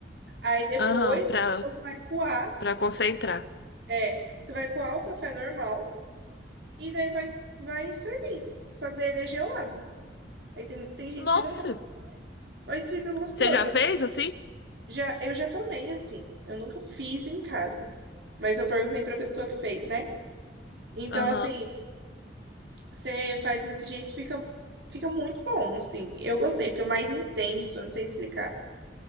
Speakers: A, on the right (about 70°); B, on the left (about 65°).
A: Aí depois
B: Aham, pra,
A: você vai coar
B: pra concentrar.
A: É, você vai coar o café normal e daí vai, vai servir. Só que daí ele é gelado. Aí tem, tem gente
B: Nossa,
A: que não gosta, né? mas fica gostoso.
B: Você já
A: Ele-
B: fez assim?
A: já, eu já tomei assim. Eu nunca fiz em casa. Mas eu perguntei pra pessoa que fez, né? Então,
B: Aham.
A: assim, você faz desse jeito, fica, fica muito bom, assim. Eu gostei, fica mais intenso, eu não sei explicar.